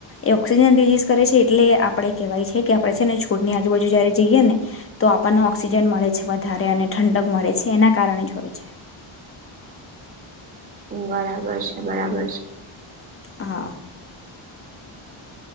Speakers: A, on the left; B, on the right.
A: એ ઓક્સિજન રિલીઝ કરે છે એટલે આપડે કેહેવાય છે કે આપડે છેને છોડની આજુબાજુ જયારે જઈએને તો આપણને ઓક્સિજન મળે છે વધારે અને ઠંડક મળે છે એના કારણે જ હોય છે.
B: બરાબર છે બરાબર છે.
A: હા.